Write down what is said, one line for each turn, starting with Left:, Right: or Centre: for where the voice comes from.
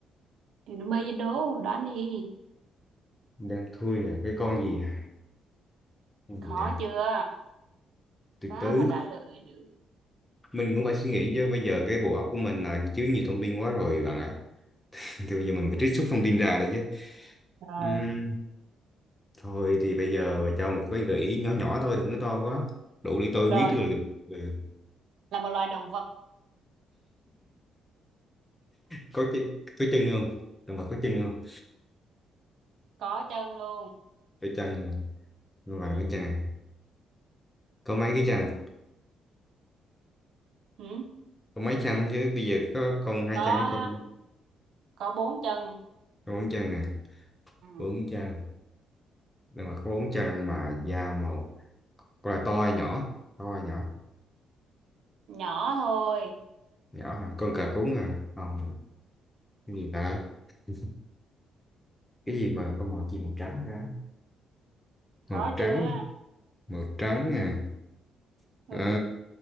Right: Thì bây giờ đố, đoán đi.
Left: đang thui à cái con gì à con
Right: Khó
Left: gì đây
Right: chưa?
Left: từ
Right: Sao
Left: từ
Right: mà trả lời được?
Left: mình cũng phải suy nghĩ chứ bây giờ cái bộ óc của mình là chứa nhiều thông tin quá rồi bạn ạ <laughs> thì bây giờ mình
Right: Ừ.
Left: phải trích xuất thông tin ra đó chứ
Right: Rồi,
Left: Ừm, thôi thì bây giờ bà cho một cái gợi ý nhỏ nhỏ thôi đừng có to quá đủ để tôi
Right: rồi.
Left: biết được liệu- ừ.
Right: Là một loài động vật
Left: có cái có chân không Động vật có chân không
Right: có chân luôn.
Left: có chân nhưng mà
Right: Ừ.
Left: có chân à? có mấy cái chân
Right: Ừ.
Left: có mấy chân chứ bây giờ có con hai
Right: có
Left: chân có con
Right: có bốn chân
Left: bốn chân à
Right: ừ.
Left: bốn chân nhưng mà có bốn chân mà da màu con là to hay nhỏ to hay nhỏ
Right: nhỏ thôi
Left: nhỏ à? con cà cún à không cái gì ta <laughs> cái gì mà có màu gì màu trắng hả
Right: khó
Left: màu trắng
Right: chưa
Left: màu trắng à
Right: ừ.
Left: Ờ,